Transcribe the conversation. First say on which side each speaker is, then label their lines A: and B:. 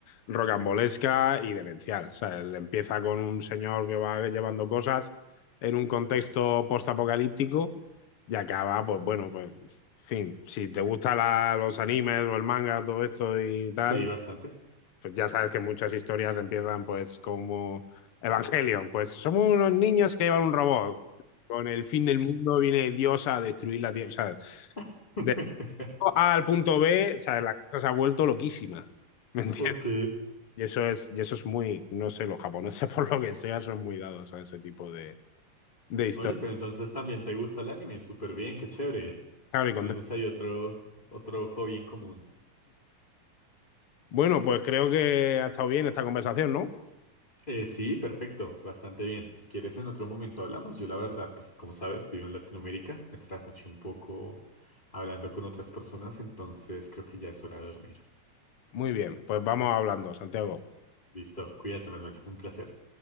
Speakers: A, on the left; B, on the left.
A: rocambolesca y demencial. O sea, él empieza con un señor que va llevando cosas en un contexto postapocalíptico y acaba, pues bueno, pues, en fin, si te gustan la- los animes o el manga, todo esto y
B: sí,
A: tal
B: bastante.
A: pues ya sabes que muchas historias empiezan pues como Evangelion, pues somos unos niños que llevan un robot. Con el fin del mundo viene Dios a destruir la tierra. O sea,
B: <laughs>
A: de A al punto B, o sea, la cosa se ha vuelto loquísima. <laughs> ¿Me entiendes?
B: Ok.
A: Y eso es, y eso es muy, no sé, los japoneses <laughs> por lo que sea son muy dados a ese tipo de, de historias.
B: Oye, pero entonces también te gusta el anime. Súper bien, qué chévere.
A: Claro, y
B: Tenemos
A: con-
B: ahí otro, otro hobby en común.
A: Bueno, pues creo que ha estado bien esta conversación, ¿no?
B: Eh, sí, perfecto, bastante bien. Si quieres, en otro momento hablamos. Yo, la verdad, pues como sabes, vivo en Latinoamérica, me trasnoché un poco hablando con otras personas, entonces creo que ya es hora de dormir.
A: Muy bien, pues vamos hablando, Santiago.
B: Listo, cuídate, Manuel, un placer.